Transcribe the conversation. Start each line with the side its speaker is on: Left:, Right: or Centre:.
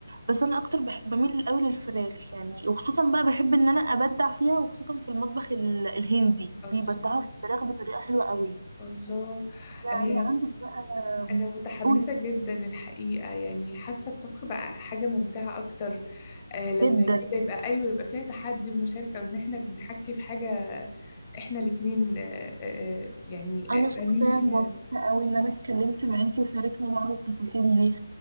Right: بس انا اكتر بحب بميل قوي للفراخ يعني وخصوصا بقى بحب ان انا ابدع فيها وخصوصا في المطبخ ال- الهندي بيبدعوا
Left: الله
Right: في الفراخ بطريقه حلوه قوي
Left: الله
Right: يعني
Left: أنا
Right: عندك بقى
Left: أنا متحمسة
Right: قولي
Left: جدا الحقيقة يعني حاسة الطبخ بقى حاجة ممتعة أكتر آه لما
Right: جدا
Left: كده يبقى أيوة يبقى فيها تحدي ومشاركة وإن إحنا بنحكي في حاجة إحنا الاتنين آه آه آه، يعني
Right: انا شخصيا
Left: فاهمين فيها
Right: مبسوطه قوي ان انا اتكلمت معاكي وشاركنا بعض التفاصيل دي